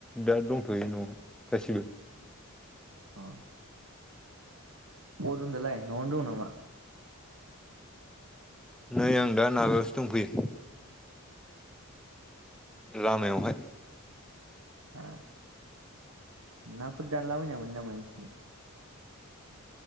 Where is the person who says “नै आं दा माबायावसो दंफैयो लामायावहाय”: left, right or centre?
Centre